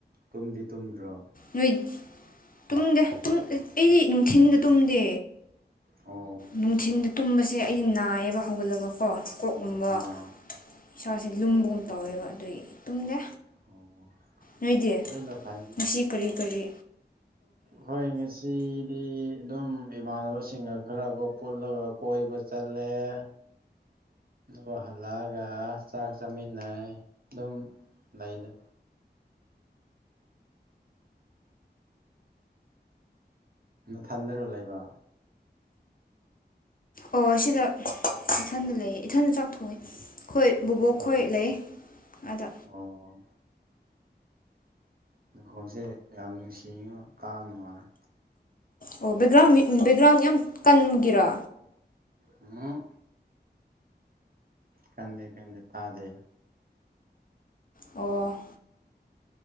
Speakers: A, on the right; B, on the left.
A: ꯇꯨꯝꯗꯤ ꯇꯨꯝꯗ꯭ꯔꯣ
B: ꯅꯣꯏ ꯇꯨꯝꯗꯦ ꯇꯨꯝꯇꯦ ꯑꯩꯗꯤ ꯅꯨ ꯊꯤꯟꯗ ꯇꯨꯝꯗꯦ
A: ꯑꯣ
B: ꯅꯨꯡꯊꯤꯟꯗ ꯇꯨꯝꯕꯁꯦ ꯑꯩꯗꯤ ꯅꯥꯏꯌꯦꯕ ꯍꯧꯒꯠꯂꯒꯀꯣ ꯀꯣꯛꯀꯨꯝꯕ
A: ꯑꯥ
B: ꯏꯁꯥꯁꯦ ꯂꯨꯝꯕꯒꯨꯝ ꯇꯧꯋꯦꯕ ꯑꯗꯨꯗꯤ ꯇꯨꯝꯗꯦ
A: ꯑꯣ
B: ꯅꯣꯏꯗꯤ
A: ꯑꯗꯨꯅ ꯐꯩꯅꯦ
B: ꯉꯁꯤ ꯀꯔꯤ ꯀꯔꯤ
A: ꯍꯣꯏ ꯉꯁꯤ ꯗꯤ ꯑꯗꯨꯝ ꯏꯃꯥꯟꯅꯕꯁꯤꯡꯒ ꯈꯔꯒꯣ ꯀꯨꯜꯂꯒ ꯀꯣꯏꯕ ꯆꯠꯂꯦ <inaudible> ꯑꯗꯨꯒ ꯍꯜꯂꯛꯑꯒ ꯆꯥꯛ ꯆꯥꯃꯤꯟꯅꯩ ꯑꯗꯨꯝ ꯂꯩꯗ ꯊꯟꯗꯔꯣ ꯂꯩꯕ
B: ꯑꯣ ꯑꯁꯤꯗ ꯏꯊꯟꯗ ꯂꯩꯌꯦ ꯏꯊꯟꯗ ꯆꯥꯛꯊꯣꯡꯉꯤ ꯈꯣꯏ ꯕꯣꯕꯣꯛ
A: ꯑꯣ
B: ꯈꯣꯏ ꯂꯩ ꯑꯗ
A: ꯑꯣ ꯅꯈꯣꯟꯜꯁꯦ ꯌꯥꯝ ꯅꯨꯡꯁꯤꯉꯣ ꯇꯥ ꯅꯨꯡꯉꯥꯏ
B: ꯑꯣ ꯕꯦꯛꯒ꯭ꯔꯥꯎꯟ ꯃꯤꯛ ꯎꯝ ꯕꯦꯛꯒ꯭ꯔꯥꯎꯟ ꯌꯥꯝ ꯀꯟꯒꯤꯔꯥ
A: ꯎꯝ ꯀꯗꯦ ꯀꯗꯦ ꯇꯥꯗꯦ
B: ꯑꯣ